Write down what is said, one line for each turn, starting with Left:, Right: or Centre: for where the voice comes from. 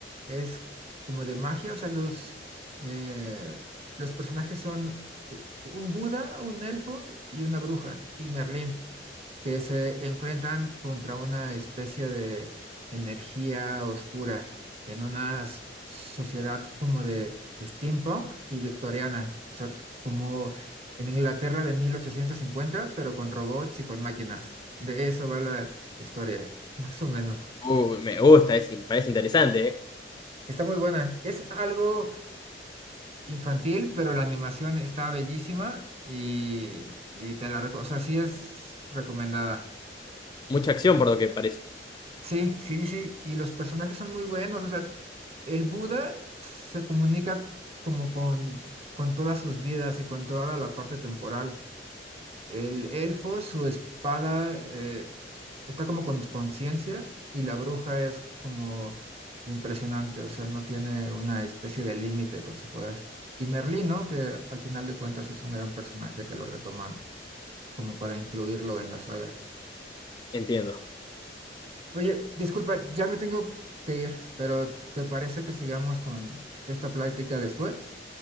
Right: es como de magia, o sea, los, eh, los personajes son u- un Buda, un elfo y una bruja, y Merlín que se enfrentan contra una especie de energía oscura en una s- sociedad como de steampunk y victoriana, o sea, como en Inglaterra de 1850, pero con robots y con máquinas. De eso va la historia, <laughs> más o menos.
Left: Uh, me gusta, es in- parece interesante, ¿eh?
Right: Está muy buena. Es algo infantil, pero la animación está bellísima y, y te la recomiendo. O sea, sí es recomendada.
Left: Mucha acción por lo que parece.
Right: Sí, sí, sí, y los personajes son muy buenos, o sea, el Buda se comunica como con, con todas sus vidas y con toda la parte temporal. El elfo, su espada eh, está como con conciencia y la bruja es como impresionante, o sea, no tiene una especie de límite con su poder. Y Merlín, ¿no? Que al final de cuentas es un gran personaje que lo retoman como para incluirlo en la saga.
Left: Entiendo.
Right: Oye, disculpa, ya me tengo que ir, pero ¿te parece que sigamos con esta práctica después?